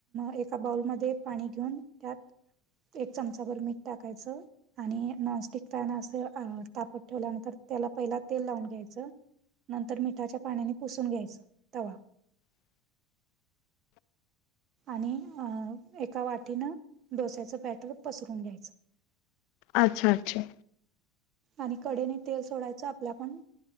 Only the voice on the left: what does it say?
<inaudible>
अच्छा अच्छा